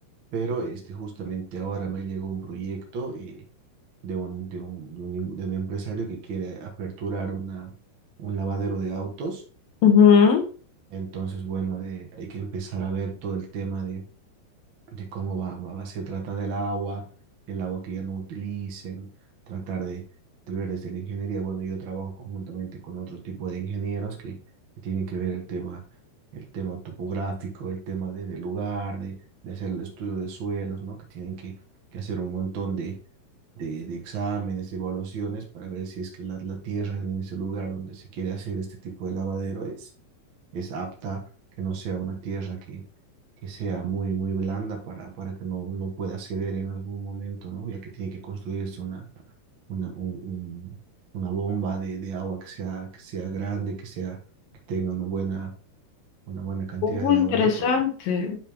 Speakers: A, on the right; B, on the left.
A: pero este, justamente ahora me llegó un proyecto eh, de un, de un, de un, im- de un empresario que quiere aperturar una, un lavadero de autos
B: Ujú.
A: Entonces, bueno, de- hay que empezar a ver todo el tema de, de cómo va, va- se trata del agua, el agua que ya no utilicen, tratar de, de ver desde la ingeniería. Bueno, yo trabajo conjuntamente con otro tipo de ingenieros que, que tienen que ver el tema, el tema topográfico, el tema de, del lugar, de, de hacer el estudio de suelos, ¿no? Que tienen que, que hacer un montón de, de, de exámenes, de evaluaciones, para ver si es que la, la tierra en ese lugar donde se quiere hacer este tipo de lavadero es, es apta, que no sea una tierra que, que sea muy, muy blanda para, para que no, no pueda ceder en algún momento, ¿no? Ya que tiene que construirse una, una, un- un- una bomba de, de agua que sea, que sea grande, que sea, que tenga una buena, una buena cantidad
B: Oh,
A: de
B: interesante.
A: agua ahí para,